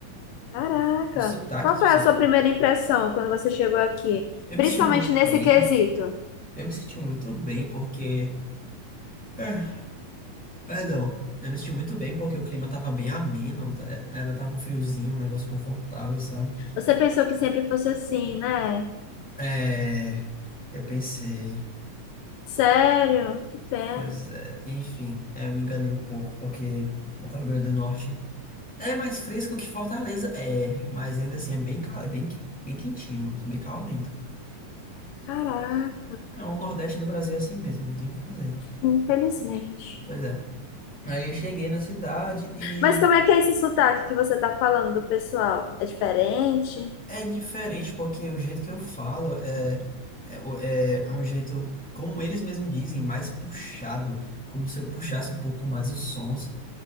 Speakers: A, on the left; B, in the centre.
A: Caraca,
B: O sotaque
A: qual
B: das
A: foi
B: pessoas.
A: a sua
B: é tipo,
A: primeira impressão quando você chegou aqui?
B: Eu
A: Principalmente
B: me senti muito
A: nesse
B: bem.
A: quesito.
B: Eu me senti muito bem porque. É, perdão. Eu me senti muito bem porque o clima tava bem ameno. tá- é, Era, tava um friozinho, um negócio confortável, sabe?
A: Você pensou que sempre fosse assim, né?
B: É. Eu pensei.
A: Sério? Que pena.
B: Pois é, enfim, é, eu me enganei um pouco, porque Natal Rio Grande do Norte é mais fresco que Fortaleza, é, mas ainda assim é bem, ca- é bem, que- bem quentinho, bem calorento.
A: Caraca,
B: É, o Nordeste do Brasil é assim mesmo, não tem o que fazer.
A: infelizmente.
B: Pois é. Aí eu cheguei na cidade e
A: Mas como é que é esse sotaque que você tá falando do pessoal? É diferente?
B: é diferente, porque o jeito que eu falo é, é, o- é, é um jeito, como eles mesmos dizem, mais puxado, como se eu puxasse um pouco mais os sons.